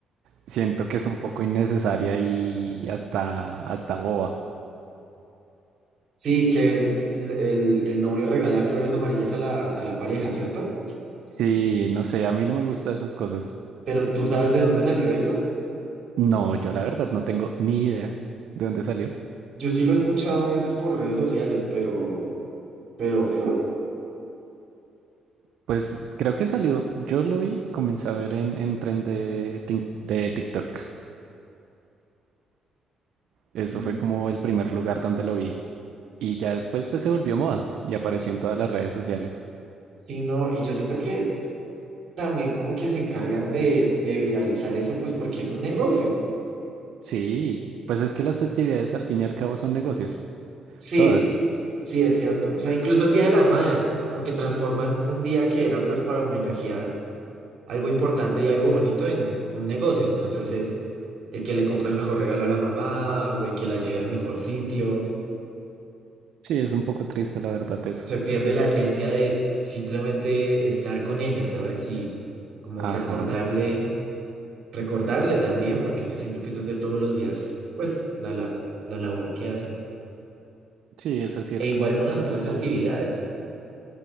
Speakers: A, on the right (about 80°); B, on the right (about 60°).
A: Siento que es un poco innecesaria y hasta, hasta boba.
B: Sí, que el, el, el novio regala flores amarillas a la, a la pareja, ¿cierto?
A: Sí, no sé, a mí no me gustan esas cosas.
B: Pero ¿tú sabes de dónde salió eso?
A: No, yo la verdad no tengo ni idea de dónde salió.
B: Yo sí lo he escuchado a veces por redes sociales, pero, pero, ¿huh?
A: Pues creo que salió, yo lo vi, comencé a ver en, en tren de, Tik- de TikToks. Eso
B: Mm.
A: fue como el primer lugar donde lo vi. Y ya después pues se volvió moda y apareció en todas las redes sociales.
B: sí, no, y yo siento que también como que se encargan de, de viralizar eso, pues porque es un negocio.
A: Sí, pues es que las festividades al fin y al cabo son negocios,
B: Sí,
A: todas.
B: sí, es cierto. O sea, incluso el Día de la Madre, como que transforman un día que era pues para homenajear algo importante y algo bonito en un negocio. Entonces es el que le compró el mejor regalo a la mamá o el que la lleve al mejor sitio.
A: Sí, es un poco triste la verdad eso.
B: se pierde la esencia de simplemente estar con ella, ¿sabes? Y como
A: Ajá.
B: recordarle, recordarle también, porque yo siento que eso es de todos los días, pues la, la, la labor que hacen.
A: Sí, eso es cierto.
B: E igual con las
A: Un
B: otras
A: poco.
B: festividades.